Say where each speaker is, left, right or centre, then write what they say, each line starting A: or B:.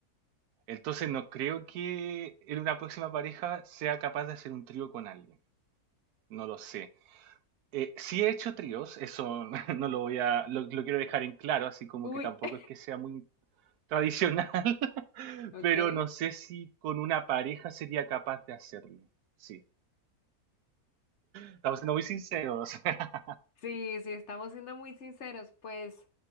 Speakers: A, on the right; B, on the left.
A: Entonces no creo que en una próxima pareja sea capaz de hacer un trío con alguien. No lo sé. Eh, sí he hecho tríos, eso <laughs> no lo voy a, lo, lo quiero dejar en claro, así como
B: Uy,
A: que tampoco
B: <laughs>
A: es que sea muy tradicional, <laughs>
B: ok.
A: pero no sé si con una pareja sería capaz de hacerlo. Sí, estamos siendo muy sinceros. <laughs>
B: Sí, sí, estamos siendo muy sinceros, pues